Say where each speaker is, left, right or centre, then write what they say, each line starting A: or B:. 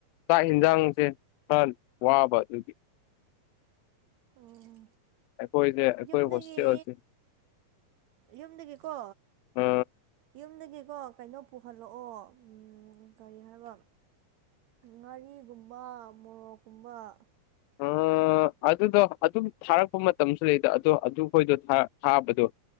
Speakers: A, on the left (about 80°); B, on the right (about 75°).
A: ꯆꯥꯛ ꯌꯦꯟꯁꯥꯡꯁꯦ ꯈꯔ ꯋꯥꯕ ꯑꯗꯨꯗꯤ
B: ꯎꯝ
A: ꯑꯩꯈꯣꯏꯁꯦ ꯑꯩꯈꯣꯏ
B: ꯌꯨꯝꯗꯒꯤ
A: ꯍꯣꯁꯇꯦꯜꯁꯦ
B: ꯌꯨꯝꯗꯒꯤꯀꯣ
A: ꯑ
B: ꯌꯨꯝꯗꯒꯤꯀꯣ ꯀꯩꯅꯣ ꯄꯨꯍꯜꯂꯛꯑꯣ ꯀꯔꯤ ꯍꯥꯏꯕ ꯉꯥꯔꯤꯒꯨꯝꯕ ꯃꯣꯔꯣꯛꯀꯨꯝꯕ <unintelligible>
A: ꯑ ꯑꯗꯨꯗꯣ ꯑꯗꯨꯝ ꯊꯥꯔꯛꯄ ꯃꯇꯝꯁꯨ ꯂꯩꯗ ꯑꯗꯣ ꯑꯗꯨꯈꯣꯏꯗꯣ ꯊꯥꯕꯗꯣ